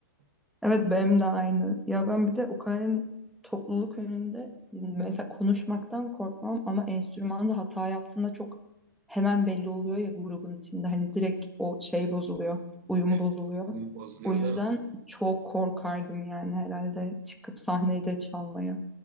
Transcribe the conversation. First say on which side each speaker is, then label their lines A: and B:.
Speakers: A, on the right (about 45°); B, in the centre.
A: <laughs>
B: Evet benim de aynı. Ya ben bir de o kadar hani topluluk önünde mesela konuşmaktan korkmam ama enstrümanda hata yaptığında çok hemen belli oluyor ya grubun içinde hani direkt o şey bozuluyor, uyum
A: Evet,
B: bozuluyor.
A: bu bozuluyor
B: O yüzden
A: değil mi?
B: çok korkardım yani herhalde çıkıp sahnede çalmaya.